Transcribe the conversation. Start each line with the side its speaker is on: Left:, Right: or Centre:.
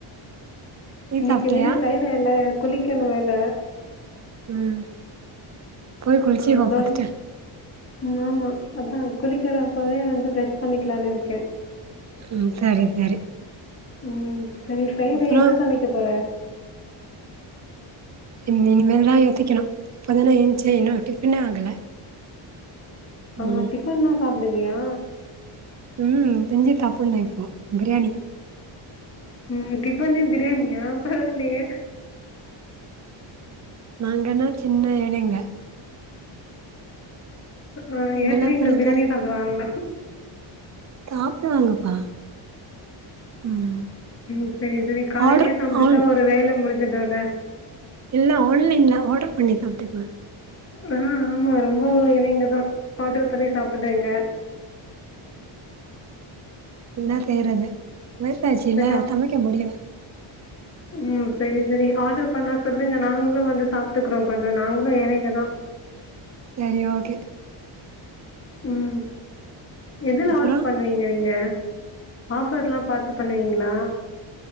Right: டீ
Left: இன்னக்கி
Right: சாப்ட்டியா
Left: வேற ஃப்ரைடேல குளிக்கணு வேல
Right: ம் போய் குளிச்சுக்கோ
Left: ஆ அதான்
Right: ஃபஸ்ட்டு
Left: ம் ஆமா அதா குளிக்கிற அப்பவே வந்து ப்ரெஷ் பண்ணிக்கலான்னு இருக்கே
Right: ம் சரி சரி
Left: ம் இன்னக்கி ஃப்ரைடே
Right: அப்றோ
Left: என்ன சமைக்க போற
Right: இன் இனிமேல்தா யோசிக்கனு இப்பதான என்ச்சே இன்னு டிஃபனே ஆகல
Left: ஆமா
Right: ம்
Left: டிஃபன்ல்லா சாப்டுவியா
Right: ம் திஞ்சு டாப்பன்னு இப்போ பிரியாணி
Left: ம் டிஃபனே பிரியாணியா பரவாலயே
Right: நாங்கனா சின்ன ஏழைங்க
Left: ஆ
Right: இங்கெல்லா
Left: ஏழைங்க
Right: பணக்காரங்க
Left: பிரியாணி சாப்டுவாங்களா
Right: சாப்டுவாங்கப்பா ம்
Left: ம் செரி செரி காலேலயே
Right: ஆர்டர்
Left: சம்ச்சுட்டா
Right: ஆன்
Left: ஒரு வேல முடுஞ்சுடூல
Right: இல்ல ஆன்லைன்ல ஆடர் பண்ணி சாப்ட்டுக்குவ
Left: ஆ ஆமா ரொம்போ ஏன்ன இங்கதா ஆடர் பண்ணி சாப்பட்றீங்க
Right: என்ன செய்யறது வயசாச்சில்ல
Left: சரியா?
Right: சமைக்க முடியல
Left: ம் சேரி சேரி ஆடர் பண்ணா சொல்லுங்க நாங்களு வந்து சாப்ட்டுக்றோ கொஞ்ச நாங்களு ஏழைங்க தா
Right: சேரி ஓகே
Left: ம் எதுல
Right: அப்றோ
Left: ஆடர் பண் நீங்க நீங்க ஆஃபர்ல்லா பாத்து பண்ணுவீங்களா